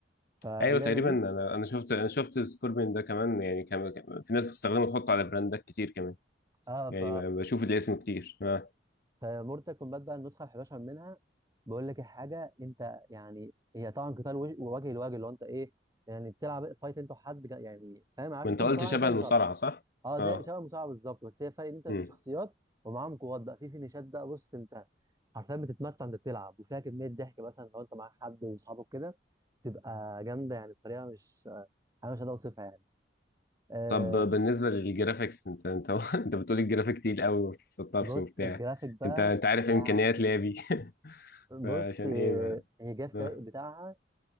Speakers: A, on the right (about 20°); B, on the left (about 55°).
A: فاللعبه
B: ايوه تقريبا
A: دي
B: انا انا شفت انا شفت سكوربين ده كمان يعني كان كان- في ناس بتستخدمه تحطه على براندات كتير كمان
A: اه ف
B: يعني بشوف الاسم كتير اه
A: فمورتال كومبات بقى النسخه ال 11 منها بقول لك الحاجه انت يعني هي طبعا قتال وجه وجه لوجه اللي هو انت ايه يعني بتلعب فايت انت وحد جا- يعني فاهم عارف
B: ما
A: انت
B: انت
A: المصارعه
B: قلت شبه
A: هي زي المصارعه
B: المصارعه صح؟
A: اه زي
B: اه
A: شبه المصارعه بالظبط بس هي فرق ان انت
B: امم
A: شخصيات ومعاهم قوات بقى في فينيشات بقى بص انت حرفيا بتتمتع انت بتلعب وفيها كميه ضحك مثلا لو انت معاك حد واصحابك كده تبقى جامده يعني بطريقه مش انا مش هقدر اوصفها يعني آه
B: طب بالنسبه للجرافيكس انت انت <laughs> انت بتقول الجرافيك تقيل قوي ما بتستطرش
A: بص
B: وبتاع
A: الجرافيك بقى
B: انت انت عارف
A: يعني
B: امكانيات لابي <laughs>
A: بص
B: فعشان
A: آه،
B: ايه ما
A: هي جرافيك
B: آه.
A: بتاعها